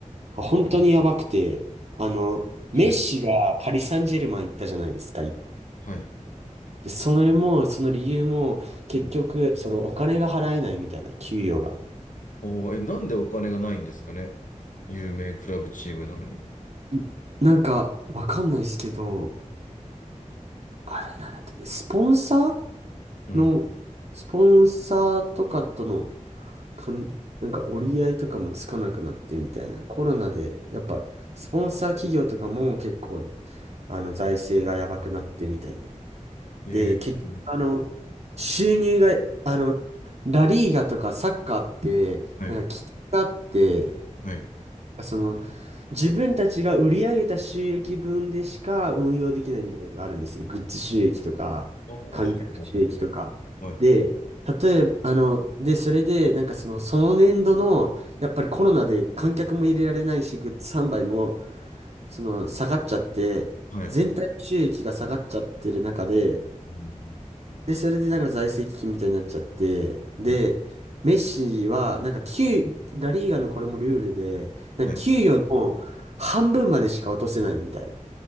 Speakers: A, on the right; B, on the left.
A: 本当にやばくて、あの、メッシがパリ・
B: はい。
A: サンジェルマン行ったじゃないですか。で、
B: はい。
A: それも、その理由も、結局、
B: はい。
A: そのお金が払えないみたいな、給与が。
B: おー、え、なんでお金がないんですかね有名クラブチームなのに。
A: んなんか、わかんないですけど、あれなんだって、スポンサー
B: うん。
A: の、スポンサーとかとのかん、なんか折り合いとかもつかなくなってみたいな。コロナで、やっぱ、スポンサー企業とかも結構、あの、財政がやばくなってみたいな。
B: ええ
A: で、結局、あの、収入が、あの、ラリーガとかサッカーって、
B: はい、
A: なんか、危機があって、
B: はい、はい。
A: その、自分たちが売り上げた収益分でしか運用できないみたいなのがあるんですよ。グッズ収益とか、
B: ああ、は
A: 観客収益とか。
B: あはあはい、
A: で、例えば、あの、で、それで、なんかその、その年度の、やっぱりコロナで観客も入れられないし、グッズ販売も、その、下がっちゃって、
B: はい。
A: 全体収益が下がっちゃってる中で、
B: うん、
A: で、それでなんか財政危機みたいになっちゃって、で、
B: うん、
A: メッシは、なんか給、ラリーガのこれもルールで、なんか給与の半分までしか落とせないみたいな。
B: はい。